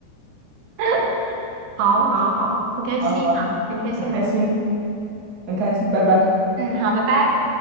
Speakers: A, on the right; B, on the right.
A: <laughs> 好好好，很开心啊，
B: 好好，
A: 很开心和你，
B: 很开心，很开心，拜拜。
A: 嗯，好，拜拜。